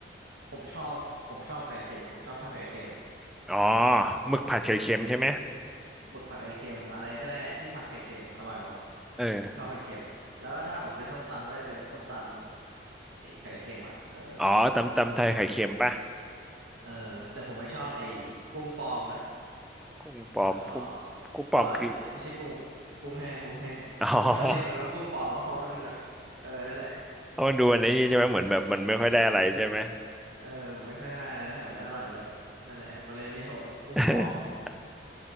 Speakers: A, on the right; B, in the centre.
A: ผมชอบผมชอบไข่เค็มผมชอบผัดไข่เค็ม
B: อ๋อหมึกผัดไข่เค็มใช่ไหม
A: อืมหมึกผัดไข่เค็มอะไรก็ได้ที่ผัดไข่เค็มอร่อยหมด
B: เออ
A: ผมชอบไข่เค็มแล้วก็ถ้าหมดเป็นส้มตำก็จะเป็นส้มตำไอ้ไข่เค็มอ่ะเออ
B: อ๋อตำตำไทยไข่เค็มป่ะ
A: เออแต่ผมไม่ชอบไอ้กุ้งปลอมนะ
B: กุ้งปลอมกุ้งกุ้งปลอมคือ
A: แล้วก็เอ้ยเอ้ยไม่ใช่กุ้งกุ้งแห้งกุ้งแห้ง <laughs>
B: อ๋อ
A: ผมชอบเรียกมันว่ากุ้งปลอมเพราะมันแบบเออนั่นแหละ
B: <laughs> เอามันดูอันนี้ใช่ไหมเหมือนแบบมันไม่ค่อยได้อะไรใช่ไหม
A: เออผมไม่ค่อยได้อะไรแล้วแถมไม่อร่อยด้วยนั่นแหละผมก็เลยเรียกว่ากุ้งปลอม
B: <laughs>